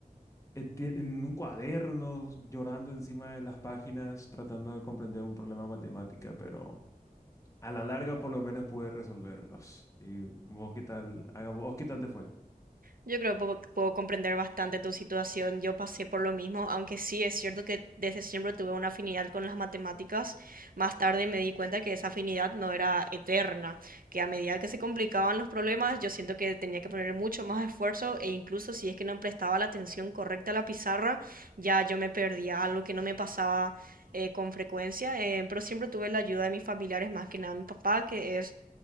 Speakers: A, on the left; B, on the right.
A: eh, ti- en un cuaderno, llorando encima de las páginas, tratando de comprender un problema de matemática, pero a la larga por lo menos pude resolverlos. ¿Y vos qué tal, haga vos qué tal te fue?
B: Yo creo que puedo, puedo comprender bastante tu situación. Yo pasé por lo mismo, aunque sí es cierto que desde siempre tuve una afinidad con las matemáticas. Más tarde me di cuenta que esa afinidad no era eterna, que a medida que se complicaban los problemas, yo siento que tenía que poner mucho más esfuerzo e incluso si es que no prestaba la atención correcta a la pizarra, ya yo me perdía, algo que no me pasaba eh, con frecuencia, eh, pero siempre tuve la ayuda de mis familiares, más que nada mi papá, que es